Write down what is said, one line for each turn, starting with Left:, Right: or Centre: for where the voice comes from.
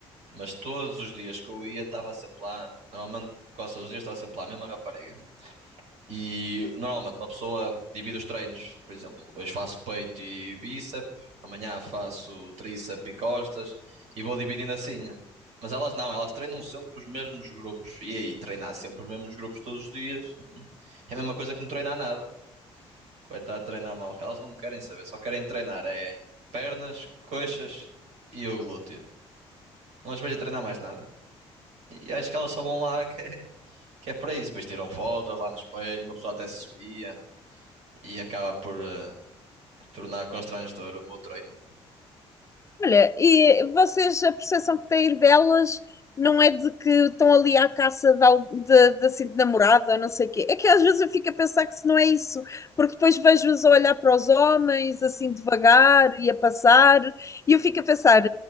Right: Mas todos os dias que eu ia, estava sempre lá, normalmente quase todos os dias estava sempre lá, a mesma rapariga. E normalmente uma pessoa divide os treinos, por exemplo, hoje faço peito e bíceps, amanhã faço tríceps e costas e vou dividindo assim. Mas elas não, elas treinam sempre os mesmos grupos. E aí, treinar sempre os mesmos grupos todos os dias hum, é a mesma coisa que não treinar nada. Coitado de treinar mal, que elas não querem saber, só querem treinar é pernas, coxas e o glúteo. Não as vejo a treinar mais nada. E acho que elas só vão lá que, é, que é para isso. Depois tiram fotos lá no espelho, uma pessoa até se servia. e acaba por, eh, por tornar constrangedor o meu treino.
Left: Olha, e vocês, a percepção que têm delas não é de que estão ali à caça de, al- de, de, assim, de namorada, não sei o quê. É que às vezes eu fico a pensar que se não é isso, porque depois vejo-as a olhar para os homens, assim, devagar e a passar, e eu fico a pensar,